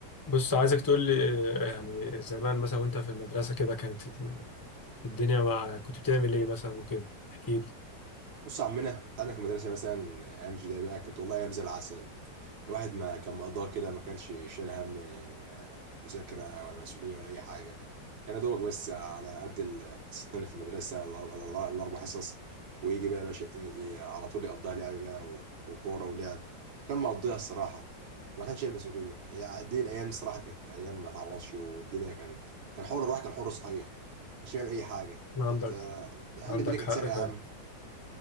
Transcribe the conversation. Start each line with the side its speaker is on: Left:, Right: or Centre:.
Left: بص عايزك تقول لي آه، يعني زمان مثلا وانت في المدرسة كده كانت ال- الدنيا مع كنت بتعمل ايه مثلا وكده احكي لي
Right: بص يا عمنا انت عندك في المدرسه مثلا ايام ابتدائي بقى كانت والله ايام زي العسل الواحد ما كان مقضاها كده ما كانش شايل هم آه، مذاكره ولا مسؤوليه ولا اي حاجه كان يا دوبك بس على قد الحصتين اللي في المدرسه ولا ولا الار- الاربع حصص ويجي بقى يا باشا ي- على طول يقضيها لعب بقى و- وكوره ولعب كان مقضيها الصراحه ما كانش شايل مسؤوليه هي دي الايام الصراحه كانت ايام ما تعوضش والدنيا كان كان حر الواحد كان حر صحيح ما كانش بيعمل اي حاجه
Left: عندك
Right: انت يا عم
Left: عندك
Right: الدنيا كانت
Left: حق
Right: سهله
Left: فعلا
Right: يا عم